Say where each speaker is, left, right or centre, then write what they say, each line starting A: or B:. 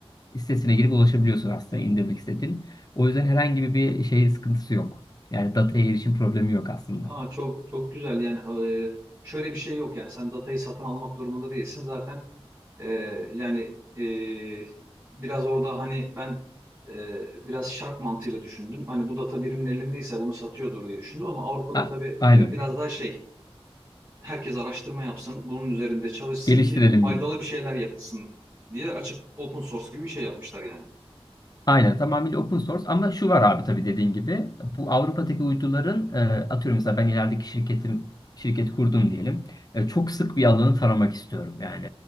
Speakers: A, on the left (about 40°); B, on the right (about 15°).
A: e, sitesine girip ulaşabiliyorsun aslında indirmek istediğin. O yüzden herhangi bir şey sıkıntısı yok. Yani dataya erişim problemi yok aslında.
B: Aa, çok çok güzel yani e, şöyle bir şey yok yani sen datayı satın almak durumunda değilsin zaten E, yani e, biraz orada hani ben e, biraz şark mantığıyla düşündüm hani bu data birinin elindeyse bunu satıyordur diye düşündüm ama Avrupa'da
A: A-
B: tabii
A: aynen.
B: e, biraz daha şey herkes araştırma yapsın bunun üzerinde çalışsın
A: Geliştirelim
B: ki faydalı
A: gibi.
B: bir şeyler yapılsın diye açık open source gibi bir şey yapmışlar yani.
A: Aynen tamamıyla open source ama şu var abi tabii dediğin gibi bu Avrupa'daki uyduların e, atıyorum mesela ben ilerideki şirketim şirket kurdum diyelim. E, çok sık bir alanı taramak istiyorum yani.